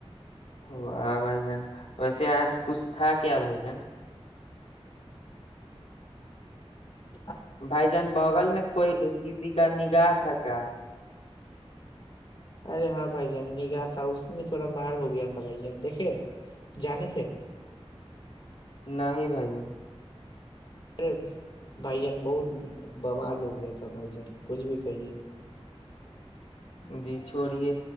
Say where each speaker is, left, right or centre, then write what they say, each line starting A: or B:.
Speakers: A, on the left (about 85°); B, on the left (about 50°).
A: واہ بھائی جان ویسے آج کچھ تھا کیا بھائی جان
B: ہ <inaudible>
A: بھائی جان بغل میں کوئی کسی کا نگاہ تھا اا <unintelligible>
B: ارے ہاں بھائی جان نگاہ تھا اس میں تھوڑا مار ہو گیا تھا بھائی جان دیکھے جانے تھے
A: نہیں بھائی جان
B: ارے بھائی جان بہت بوال ہو گیا تھا بھائی جان کچھ بھی کہیے
A: جی چھوڑیے